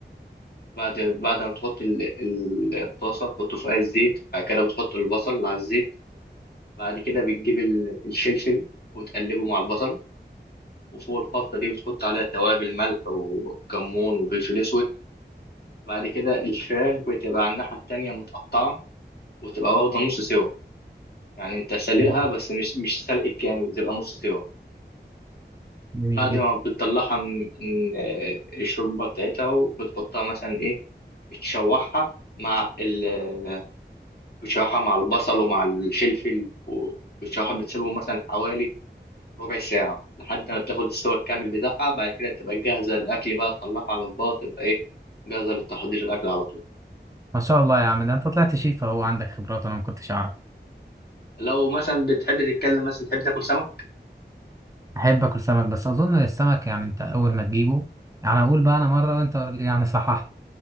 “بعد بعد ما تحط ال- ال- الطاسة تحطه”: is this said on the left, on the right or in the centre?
Left